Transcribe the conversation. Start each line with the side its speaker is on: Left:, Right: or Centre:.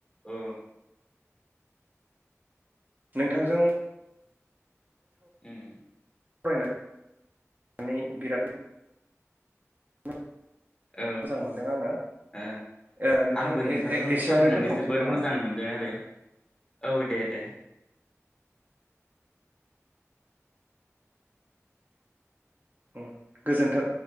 Left: औ
Right: नोंथांजों
Left: उम
Right: बायनानै बिराद मोजां
Left: औ
Right: मोनदों आङो
Left: ओ
Right: ओ नोंथां
Left: आंबो नोंथांजों
Right: ए ए एसेयावनो
Left: सालरायनानै
Right: दोनथ'नोसै
Left: जोबोर
Right: नामा?
Left: मोजां मोनबाय आरो औ दे दे
Right: उम गोजोन्थों